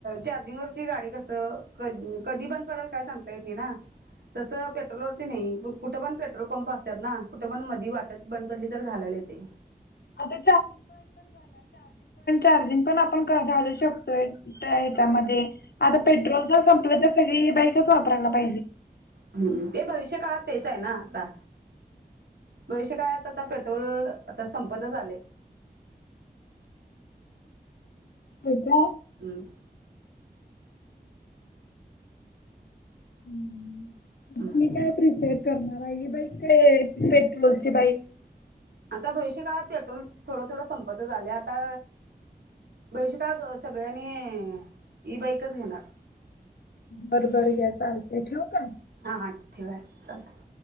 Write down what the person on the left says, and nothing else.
आता च प घ शोच्या आ पेट्रर स वाला पा
हो का
हं.
तुम्ही काय प्रिपेर करणार आहे, ही बाईक काय? पेट्रोलची बाईक?
बरबर घ्या, चालतय. ठेवू का?